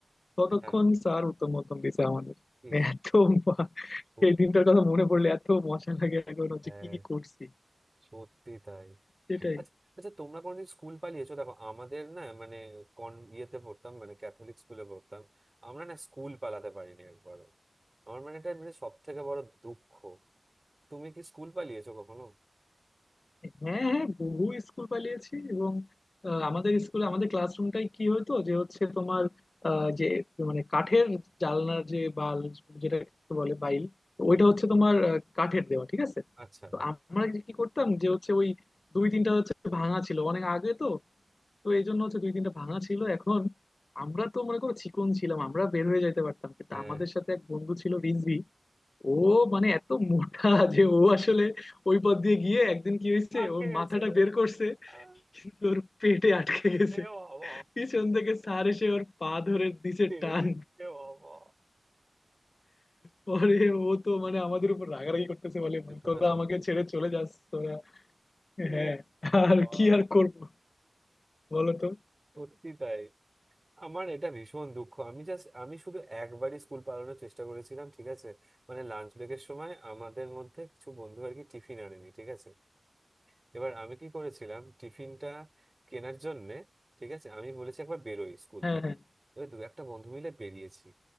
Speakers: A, on the left; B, on the right.
A: ততক্ষণ
B: হ্যাঁ,
A: স্যার উত্তম মধ্যম দিছে আমাদের
B: ইস
A: মানে এত মা- <laughs>
B: সত-
A: এই দিনটার কথা মনে পড়লে এত মজা লাগে এখন হচ্ছে
B: হ্যাঁ
A: কি কি করছি
B: সত্যি তাই
A: সেটাই
B: আচ্ছা আচ্ছা তোমরা কোনোদিন স্কুল পালিয়েছো দেখো আমাদের না মানে কন ইয়েতে পড়তাম মানে ক্যাথলিক স্কুলে পড়তাম আমরা না স্কুল পালাতে পারিনি একবারও আমার মানে এটা মানে সব থেকে বড় দুঃখ তুমি কি স্কুল পালিয়েছো কখনো
A: হ্যাঁ হ্যাঁ বহু স্কুল পালিয়েছি এবং আহ, আমাদের স্কুলে আমাদের ক্লাসরুমটাই কি হতো যে হচ্ছে তোমার আহ, যে মানে কাঠের জানলার যে বাল যেটাকে বলে বাইল তো
B: হুম
A: ওইটা হচ্ছে তোমার আহ, কাঠের দেওয়া ঠিক আছে
B: আচ্ছা
A: তো আমরা যে কি করতাম যে হচ্ছে ওই দুই তিনটা হচ্ছে ভাঙা ছিল অনেক আগে তো তো এই জন্য হচ্ছে দুই তিনটা ভাঙা ছিল এখন আমরা তো মনে করো চিকন ছিলাম আমরা বের হয়ে যাইতে পারতাম কিন্তু
B: হ্যাঁ
A: আমাদের সাথে এক বন্ধু ছিল রিজভি ও মানে এত মোটা যে ও আসলে ওই পথ দিয়ে গিয়ে একদিন কি হয়েছে
B: আটকে
A: ওর
B: গেছে
A: মাথাটা বের করছে
B: আহ,
A: কিন্তু ওর পেটে আটকে গেছে
B: এ বাবা
A: পিছন থেকে স্যার এসে ওর পা ধরে দিছে
B: টেনে
A: টান
B: দিন এ বাবা
A: পরে ও তো মানে আমাদের উপর রাগারাগি করতেছে বলে
B: যে তোরা
A: তোরা
B: চলে
A: আমাকে
B: গেলি।
A: ছেড়ে চলে যাস তোরা হ্যাঁ
B: ও বাবা
A: আর কি আর করবো বলো তো
B: সত্যি তাই আমার এটা ভীষণ দুঃখ আমি জাস্ট আমি শুধু একবারই স্কুল পালানোর চেষ্টা করেছিলাম ঠিক আছে মানে লাঞ্চ ব্রেকের সময় আমাদের মধ্যে কিছু বন্ধু আর কি টিফিন আনেনি ঠিক আছে এবার আমি কি করেছিলাম টিফিনটা কেনার জন্যে ঠিক আছে আমি বলেছি একবার বেরোই স্কুল
A: হ্যাঁ
B: থেকে
A: হ্যাঁ
B: এবার দু একটা বন্ধু মিলে বেরিয়েছি